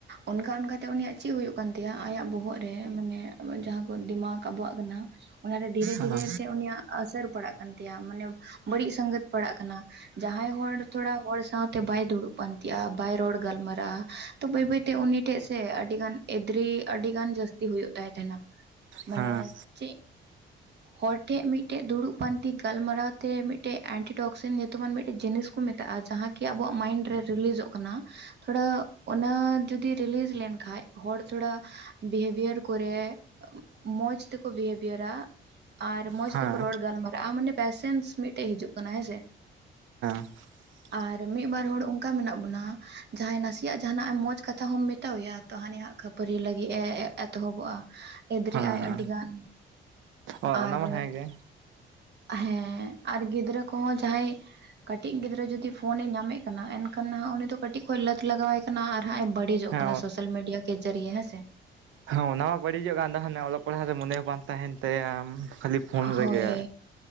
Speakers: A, on the right; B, on the right.
A: ᱚᱱᱠᱟ ᱚᱱᱠᱟᱛᱮ ᱩᱱᱤᱭᱟᱜ ᱪᱤ ᱦᱩᱭᱩᱜ ᱠᱟᱱ ᱛᱟᱭᱟ ᱟᱭᱟᱜ ᱵᱚᱦᱚᱜ ᱨᱮ ᱢᱟᱱᱮ ᱡᱟᱦᱟᱸ ᱠᱚ ᱫᱤᱢᱟᱜᱽ ᱟᱵᱚᱣᱟᱜ ᱠᱟᱱᱟ ᱚᱱᱟᱨᱮ ᱫᱷᱤᱨᱮ
B: ᱦᱮᱸ
A: ᱫᱷᱤᱨᱮ ᱛᱮ ᱩᱱᱤᱭᱟᱜ ᱟᱥᱟᱹᱨ ᱯᱟᱲᱟᱜ ᱠᱟᱱ ᱛᱟᱭᱟ ᱢᱟᱱᱮ ᱵᱟᱹᱲᱤᱡ ᱥᱟᱝᱜᱟᱛ ᱯᱟᱲᱟᱜ ᱠᱟᱱᱟ᱾ ᱡᱟᱦᱟᱸᱭ ᱦᱚᱲ ᱛᱷᱚᱲᱟ ᱦᱚᱲ ᱥᱟᱶᱛᱮ ᱵᱟᱭ ᱫᱩᱲᱩᱵ ᱯᱟᱱᱛᱤ ᱟ ᱵᱟᱭ ᱨᱚᱲ ᱜᱟᱞᱢᱟᱨᱟ ᱟ ᱛᱚ ᱵᱟᱹᱭ ᱵᱟᱹᱭᱛᱮ ᱩᱱᱤ ᱴᱷᱮᱡ ᱥᱮ ᱟᱹᱰᱤ ᱜᱟᱱ ᱮᱫᱽᱨᱤ ᱟᱹᱰᱤ ᱜᱟᱱ ᱡᱟᱹᱥᱛᱤ ᱦᱳᱭᱳᱜ ᱛᱟᱭ ᱛᱟᱦᱮᱸᱱᱟ᱾ ᱢᱟᱱᱮ
B: ᱦᱮᱸ
A: ᱪᱮᱫ ᱦᱚᱲ ᱴᱷᱮ ᱢᱤᱫ ᱴᱮᱡ ᱫᱩᱲᱩᱵ ᱯᱟᱱᱛᱤ ᱜᱟᱞᱢᱟᱨᱟᱣ ᱛᱮ ᱢᱤᱜᱴᱮᱡ ᱮᱱᱴᱤᱴᱚᱠᱥᱮᱱ ᱧᱩᱛᱩᱢᱟᱱ ᱢᱤᱫ ᱡᱤᱱᱤᱥ ᱠᱩ ᱢᱮᱛᱟᱜ-ᱟ ᱡᱟᱦᱟᱸ ᱠᱤ ᱟᱵᱚᱣᱟᱜ ᱢᱟᱭᱤᱱᱰ ᱨᱮ ᱨᱤᱞᱤᱡᱚᱜ ᱠᱟᱱᱟ ᱛᱷᱚᱲᱟ ᱚᱱᱟ ᱡᱩᱫᱤ ᱨᱤᱞᱤᱡᱽ ᱞᱮᱱᱠᱷᱟᱡ ᱦᱚᱲ ᱛᱷᱚᱲᱟ ᱵᱤᱦᱮᱵᱷᱤᱭᱟᱨ ᱠᱚᱨᱮᱜ ᱢᱚᱸᱡᱽ ᱛᱮᱠᱚ ᱵᱤᱦᱮᱵᱤᱦᱟᱨᱟ᱾ ᱟᱨ ᱢᱚᱸᱡᱽ
B: ᱦᱮᱸ
A: ᱛᱮᱠᱚ ᱨᱚᱲ ᱜᱟᱞ ᱢᱟᱨᱟᱜᱟ-ᱟ ᱢᱟᱱᱮ ᱯᱮᱥᱮᱱᱥ ᱢᱤᱴᱮᱡ ᱦᱤᱡᱩᱜ ᱠᱟᱱᱟ ᱦᱮᱸᱥᱮ,
B: <unintelligible>
A: ᱟᱨ ᱢᱤᱜ ᱵᱟᱨ ᱦᱚᱲ ᱚᱝᱠᱟ ᱢᱮᱱᱟᱜ ᱵᱚᱱᱟ ᱡᱟᱦᱟᱸᱭ ᱱᱟᱥᱮᱭᱟᱜ ᱡᱟᱦᱟᱱᱟᱜ ᱟᱢ ᱢᱚᱸᱡᱽ ᱠᱟᱛᱷᱟ ᱦᱚᱸᱢ ᱛᱟᱣᱭᱟ ᱛᱚ ᱦᱟᱱᱤ ᱦᱟᱜ ᱠᱷᱟᱹᱯᱟᱹᱨᱤ ᱞᱟᱹᱜᱤᱫ ᱮ ᱮᱛᱚᱦᱚᱵᱚᱜ-ᱟ ᱮᱫᱽᱨᱮ
B: ᱦᱮᱸ
A: ᱟᱭ ᱟᱹᱰᱤ ᱜᱟᱱ᱾
B: ᱚ ᱚᱱᱟ
A: ᱟᱨ
B: ᱢᱟ ᱦᱮᱸᱜᱮ,
A: ᱦᱮᱸ ᱟᱨ ᱜᱤᱫᱽᱨᱟᱹ ᱠᱚᱦᱚᱸ ᱡᱟᱦᱟᱸᱭ ᱠᱟᱹᱴᱤᱡ ᱜᱤᱫᱽᱨᱟᱹ ᱡᱩᱫᱤ ᱯᱷᱳᱱᱮ ᱧᱟᱢᱮᱜ ᱠᱟᱱᱟ᱾ ᱮᱱᱠᱷᱟᱱ ᱩᱱᱤ ᱫᱚ ᱠᱟᱹᱴᱤᱡ ᱠᱷᱚᱡ ᱞᱟᱹᱛ ᱞᱟᱜᱟᱣᱟᱭ ᱠᱟᱱᱟ ᱟᱨ ᱦᱟᱸᱜ ᱮ ᱵᱟᱹᱲᱤᱡᱚᱜ
B: ᱦᱮᱸ
A: ᱠᱟᱱᱟ᱾ ᱥᱳᱥᱟᱞ ᱢᱤᱰᱤᱭᱟ ᱠᱮ ᱡᱟᱹᱨᱤᱭᱮ ᱦᱮᱸ ᱥᱮ᱾
B: ᱦᱚᱸ ᱚᱱᱟ ᱢᱟ ᱵᱟᱹᱲᱤᱡᱚᱜ ᱠᱟᱱ ᱛᱟᱦᱮᱱᱮ ᱚᱞᱚᱜ ᱯᱟᱲᱦᱟᱜ ᱨᱮ ᱢᱚᱱᱮ ᱦᱚᱸ ᱵᱟᱝ ᱛᱟᱦᱮᱱ ᱛᱟᱭᱟ ᱠᱷᱟᱹᱞᱤ ᱯᱷᱳᱱ
A: ᱦᱳᱭ
B: ᱨᱮᱜᱮ